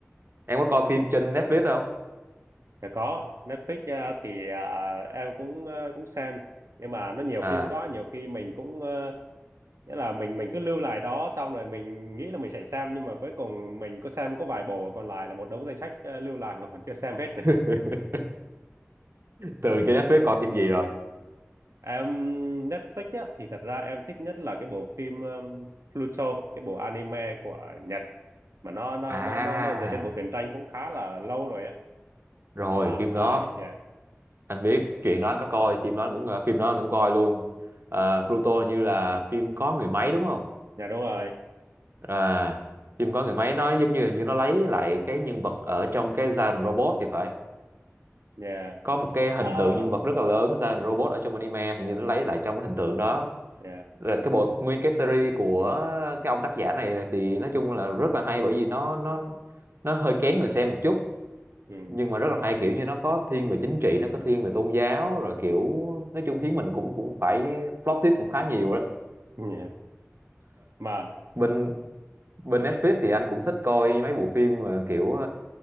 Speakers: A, on the right (about 55°); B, on the right (about 80°).
A: em có coi phim trên Netflix không
B: Dạ, có Netflix à, thì à, em cũng à, cũng xem nhưng mà nó nhiều
A: à
B: phim quá nhiều khi mình cũng à, nghĩa là mình mình cứ lưu lại đó xong rồi mình nghĩ là mình sẽ xem nhưng mà cuối cùng mình có xem có vài bộ còn lại là một đống danh sách à, lưu lại mà còn chưa xem hết
A: <laughs> thường trên Netflix coi phim gì rồi
B: Em Netflix á, thì thật ra em thích nhất là cái bộ phim um, Pluto, cái bộ anime của Nhật mà nó nó
A: à
B: nó nó nó dựa trên bộ truyện tranh cũng khá là lâu rồi á
A: rồi
B: mà nó làm
A: phim
B: lại
A: đó
B: yeah.
A: anh biết chuyện đó anh có coi phim đó anh cũng ờ, phim đó anh cũng coi luôn Ờ, Pluto hình như là phim có người máy đúng không
B: Dạ đúng rồi.
A: à phim có người máy nó giống như là như nó lấy lại cái nhân vật ở trong cái Giant Robot thì phải
B: Yeah.
A: có một cái hình
B: À
A: tượng nhân vật rất là lớn Giant Robot ở trong anime thì như nó lấy lại trong cái hình tượng đó
B: yeah.
A: là cái bộ nguyên cái series của cái ông tác giả này thì nói chung là rất là hay bởi vì nó nó nó hơi kén người xem một chút
B: Ừ.
A: nhưng mà rất là hay kiểu như nó có thiên về chính trị nó có thiên về tôn giáo rồi kiểu nói chung khiến mình cũng cũng phải flop tip cũng khá nhiều đó
B: Yeah. Mà
A: bên bên Netflix thì anh cũng thích coi mấy bộ phim mà kiểu uh,